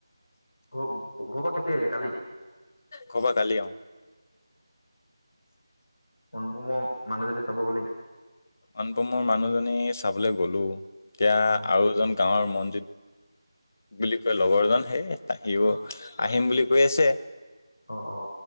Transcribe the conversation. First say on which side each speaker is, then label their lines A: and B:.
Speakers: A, on the left; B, on the left.
A: ঘ ঘৰৰ পৰা কেতিয়া আহিলে কালি?
B: ঘৰৰ পৰা কালি অ',
A: অনুপমৰ মানুহজনী চাব গলি?
B: অনুপমৰ মানুহজনী চাবলৈ গলোঁ, এতিয়া
A: অ
B: আৰু এজন গাঁৱৰ মনজিত বুলি কয় লগৰ এজন সেই সিওঁ
A: অ
B: আহিম বুলি কৈ আছে।
A: অ', অ',